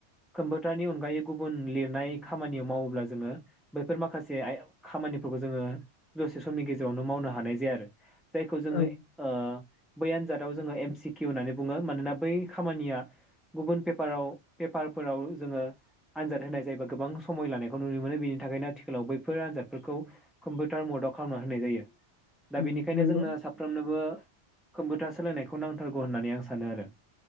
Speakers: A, in the centre; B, on the left (about 80°).
A: कम्पिउटारनि अनगायै गुबुन लिरनाय खामानियाव मावोब्ला जोङो बैफोर माखासे खामानिफोरखौ जोङो दसे समनि गेजेरावनो मावनो हानाय जाया आरो जायखौ जोङो
B: औ
A: ओ बै आनजादाव जोङो एम सि किउ होननानै बुङो मानोना बै खामानिया गुबुन पेपाराव पेपारफोराव जोङो आनजाद होनाय जायोबा गोबां समय लानायखौ नुनो मोनो बेनि थाखायनो आथिखालाव बै फोर आनजादफोरखौ कम्पिउटार मदाव खालामना होनाय जायो। दा
B: उम
A: बेनिखायनो
B: नंगौ
A: जोंनो साबसिन बो कम्पिउटार सोलायनायखौ नांथारगौ होननानै आं सानो आरो